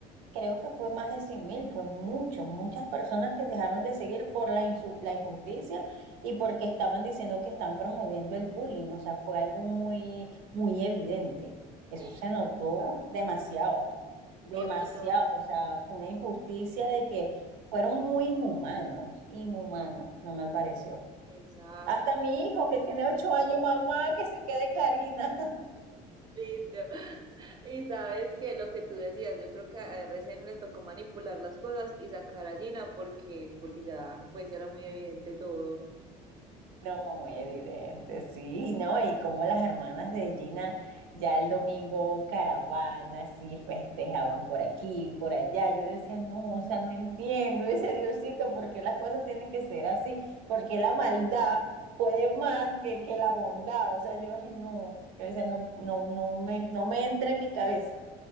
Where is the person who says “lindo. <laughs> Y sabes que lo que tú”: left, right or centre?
Right